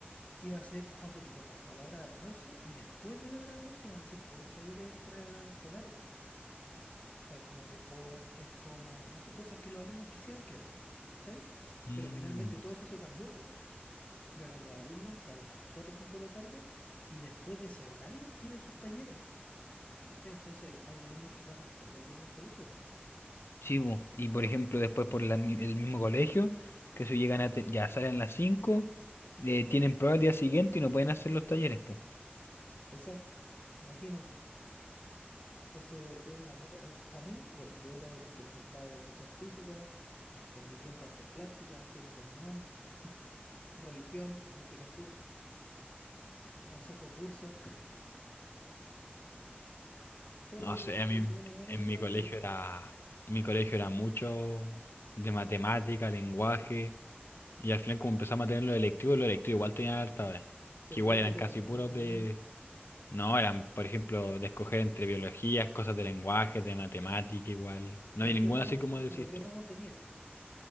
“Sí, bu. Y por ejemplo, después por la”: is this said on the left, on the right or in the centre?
Left